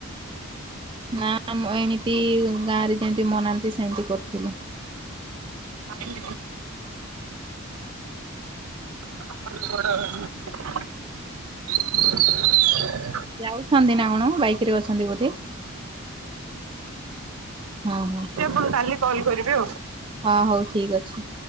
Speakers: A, on the right (about 25°); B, on the right (about 90°).
A: ନା ମୁଁ ଏମିତି ଗାଁ ରେ ଯେମତି ମନାନ୍ତି ସେମିତି କରିଥିଲେ?
B: <unintelligible> <unintelligible>
A: ଯାଉଛନ୍ତି ନା କଣ ବାଇକ ରେ ଅଛନ୍ତି ବୋଧେ? ହଁ ହଁ।
B: ମୁଁ କାଲି କଲ୍ କରିବି ଆଉ।
A: ହଁ ହଉ ଠିକି ଅଛି!